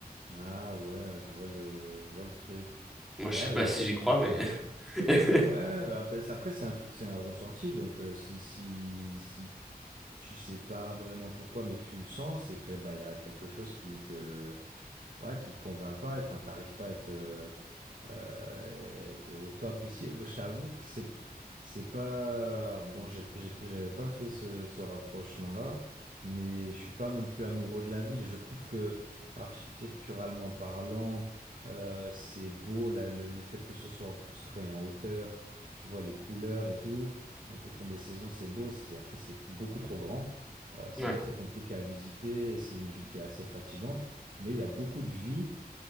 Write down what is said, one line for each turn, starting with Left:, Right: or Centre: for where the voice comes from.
Right: Ah ouais, je vois le, je vois le truc.
Centre: Moi je
Right: Ouais,
Centre: sais pas
Right: il y a
Centre: si
Right: peut-être
Centre: j'y crois,
Right: une
Centre: mais
Right: part, ouais.
Centre: <laughs>
Right: Ouais, bah, après, c'est après, c'est un truc, c'est un ressenti. Donc, euh, si, si, si tu sais pas vraiment pourquoi, mais que tu le sens, c'est que, bah, il y a quelque chose qui te, ouais, qui te convainc pas. Enfin, t'arrives pas à être euh, euh, être au top ici. Je t'avoue que c'est c'est pas bon. j'ai- j'ai- J'avais pas fait ce, ce rapprochement-là, mais je suis pas non plus amoureux de la ville. Et je trouve que architecturalement parlant, euh, c'est beau là, le, le fait que ce soit construit en hauteur. Tu vois les couleurs et tout. En fonction des saisons, c'est beau. C'est après c'est beaucoup trop grand. Euh, c'est
Centre: ouais.
Right: très compliqué à visiter. et C'est une ville qui est assez fatigante, mais il y a beaucoup de vie.